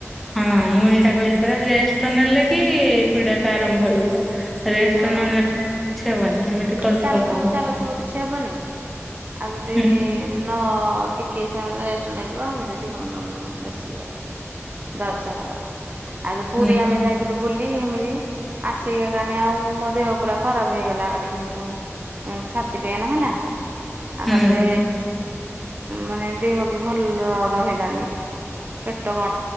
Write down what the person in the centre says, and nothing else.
ହଁ ମୁଁ ହେଇଟା କହିଲି ପରା ରେଷ୍ଟ ନେଲେ କି ପୀଡା ଟା ଆରମ୍ଭ ହେଇଯିବ, ରେଷ୍ଟ
ନନେବି କିଛି ହବନି। ସେମିତି କରୁଥିବ
କାମ
ହଁ
ହୁଁ
ହୁଁ।